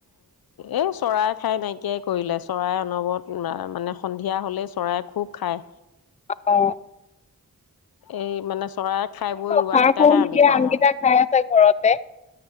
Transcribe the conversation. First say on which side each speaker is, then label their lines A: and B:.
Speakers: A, on the left; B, on the left.
A: এই চৰাই খাই নাইকিয়াই কৰিলে চৰাই অনবৰত মানে সন্ধিয়া হ'লেই চৰাই খুব খায়।
B: অ
A: এই মানে চৰাই খাই বৈ ৰোৱাকেইটাহে
B: সাৰ সুৰ নিদিয়া
A: আমি পাওঁ
B: আমকেইটা
A: আৰু
B: খাই আছে ঘৰতে